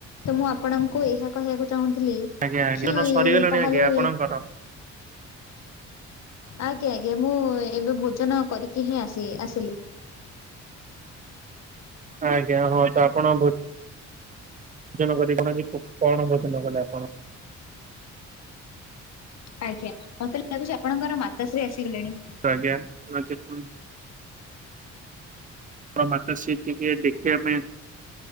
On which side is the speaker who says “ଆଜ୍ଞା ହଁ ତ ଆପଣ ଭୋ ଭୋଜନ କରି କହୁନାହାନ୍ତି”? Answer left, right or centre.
Right